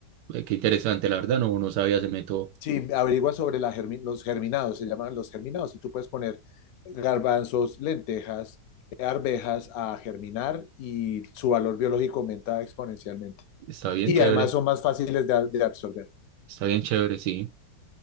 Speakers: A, on the right; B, on the left.
A: eh, qué interesante, la verdad, no, no sabía ese método.
B: Sí, averigua sobre la germi- los germinados, se llaman los germinados, y tú puedes poner garbanzos, lentejas, arvejas a germinar y su valor biológico aumenta exponencialmente.
A: Está bien
B: Y
A: chévere,
B: además son más fáciles de de absorber.
A: está bien chévere, sí.